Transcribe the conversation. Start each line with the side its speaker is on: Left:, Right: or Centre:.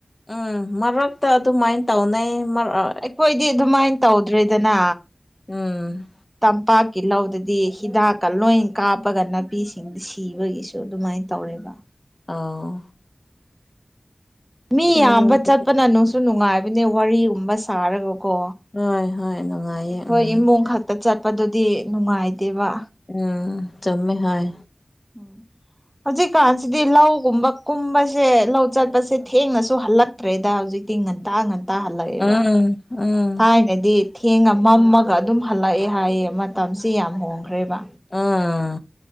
Left: ꯎꯝ ꯃꯔꯛꯇ ꯑꯗꯨꯃꯥꯏꯅ ꯇꯧꯅꯩ ꯃꯔꯛ
Centre: ꯑꯩꯈꯣꯏꯗꯤ ꯑꯗꯨꯃꯥꯏꯅ ꯇꯧꯗ꯭ꯔꯦꯗꯅ
Left: ꯎꯝ
Centre: ꯇꯝꯄꯥꯛꯀꯤ ꯂꯧꯗꯗꯤ ꯍꯤꯗꯥꯛꯀ ꯂꯣꯏ ꯀꯥꯞꯄꯒ ꯅꯥꯄꯤꯁꯤꯡ ꯁꯤꯕꯒꯤꯁꯨ ꯑꯗꯨꯃꯥꯏꯅ ꯇꯧꯔꯦꯕ
Left: ꯑꯥꯎ
Centre: ꯃꯤ
Left: ꯆꯤꯡꯔꯣꯝꯗꯗꯤ
Centre: ꯌꯥꯝꯕ ꯆꯠꯄꯅ ꯅꯨꯡꯁꯨ ꯅꯨꯡꯉꯥꯏꯕꯅꯦ ꯋꯥꯔꯤꯒꯨꯝꯕ ꯁꯥꯔꯒꯀꯣ
Left: ꯍꯣꯏ ꯍꯣꯏ ꯅꯨꯡꯉꯥꯏꯌꯦ
Centre: ꯑꯩꯈꯣꯏ
Left: ꯎꯝ
Centre: ꯏꯃꯨꯡ ꯈꯛꯇ ꯆꯠꯄꯗꯨꯗꯤ ꯅꯨꯡꯉꯥꯏꯇꯦꯕ
Left: ꯎꯝ ꯆꯃꯦ ꯍꯥꯏ
Centre: ꯎꯝ ꯍꯧꯖꯤꯛꯀꯥꯟꯁꯤꯗꯤ ꯂꯧꯒꯨꯝꯕ ꯀꯨꯝꯕꯁꯦ ꯂꯧ ꯆꯠꯄꯁꯦ ꯊꯦꯡꯅꯁꯨ ꯍꯜꯂꯛ ꯅꯠꯇ꯭ꯔꯦꯗ ꯍꯧꯖꯤꯛꯇꯤ ꯉꯟꯇꯥ ꯉꯟꯇꯥ ꯍꯜꯂꯛꯑꯦꯕ
Left: ꯎꯝ ꯎꯝ
Centre: ꯊꯥꯏꯅꯗꯤ ꯊꯦꯡꯉ ꯃꯝꯃꯒ ꯑꯗꯨꯝ ꯍꯜꯂꯛꯑꯦ ꯍꯥꯏꯌꯦ ꯃꯇꯝꯁꯦ ꯌꯥꯝ ꯍꯣꯡꯈ꯭ꯔꯦꯕ
Left: ꯎꯝ